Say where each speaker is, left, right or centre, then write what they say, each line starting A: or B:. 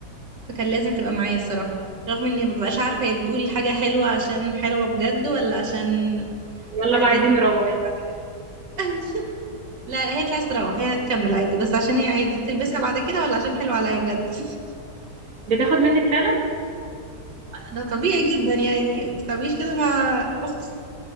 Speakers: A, on the right (about 85°); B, on the right (about 55°).
A: فكان لازم تبقى معايا الصراحة رغم اني مببقاش عارفة هي بتقول الحاجة حلوة عشان حلوة بجد ولا عشان
B: يلا
A: هتلبسها
B: بقى عايزين نروح
A: معايا بعد كده <laughs> لا لا هي مش عايزة تروح هي هتكمل عادي بس عشان هي عايزة تلبسها بعد كده ولا عشان حلوة عليا بجد <laughs>
B: بتاخد منك فعلا
A: ده طبيعي جدا يعني متتعمليش كده مع اختي